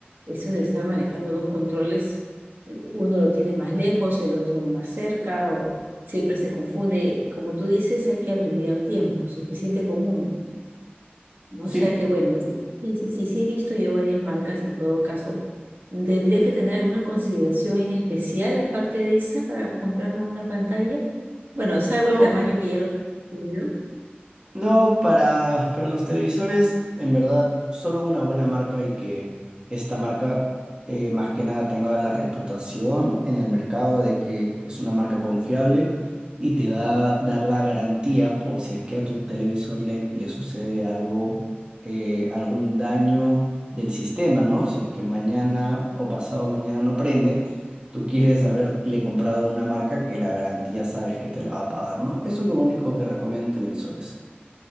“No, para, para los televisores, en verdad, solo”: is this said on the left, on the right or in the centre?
Right